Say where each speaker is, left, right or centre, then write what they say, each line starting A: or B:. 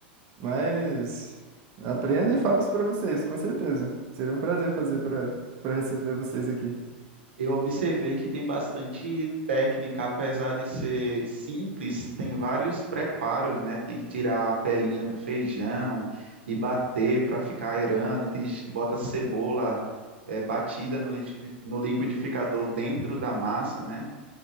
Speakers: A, on the right (about 45°); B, on the right (about 80°).
A: Mas aprendo e faço para vocês, com certeza. Seria um prazer fazer para para receber vocês aqui.
B: Eu observei que tem bastante técnica, apesar de ser simples, tem vários preparos, né? Tem que tirar a pelinha do feijão e bater para ficar aerando. E tem gente que bota cebola eh, batida no liqui- no liquidificador dentro da massa, né?